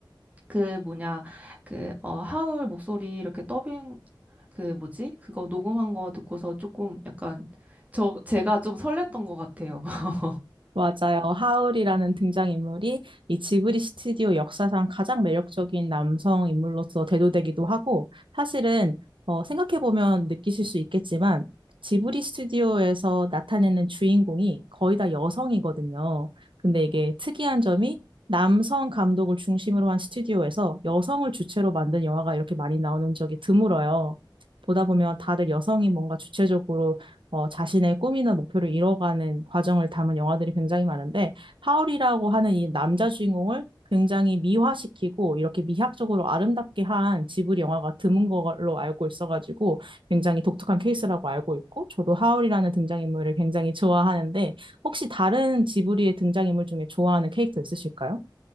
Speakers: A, on the right; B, on the right.
A: 그 뭐냐 그 어 하울 목소리 이렇게 그 뭐지? 그거 녹음한 거 듣고서 조금 약간 저 제가 좀 설렜던 것 같아요. <laughs>
B: 맞아요. 하울이라는 등장인물이 이 지브리 스튜디오 역사상 가장 매력적인 남성 인물로서 대도되기도 하고, 사실은, 어, 생각해보면 느끼실 수 있겠지만, 지브리 스튜디오에서 나타내는 주인공이 거의 다 여성이거든요. 근데 이게 특이한 점이 남성 감독을 중심으로 한 스튜디오에서 여성을 주체로 만든 영화가 이렇게 많이 나오는 적이 드물어요. 보다 보면 다들 여성이 뭔가 주체적으로 어, 자신의 꿈이나 목표를 이뤄가는 과정을 담은 영화들이 굉장히 많은데, 하울이라고 하는 이 남자 주인공을 굉장히 미화시키고 이렇게 미학적으로 아름답게 한 지브리 영화가 드문 걸로 알고 있어가지고 굉장히 독특한 케이스라고 알고 있고, 저도 하울이라는 등장인물을 굉장히 좋아하는데, 혹시 다른 지브리의 등장인물 중에 좋아하는 캐릭터 있으실까요?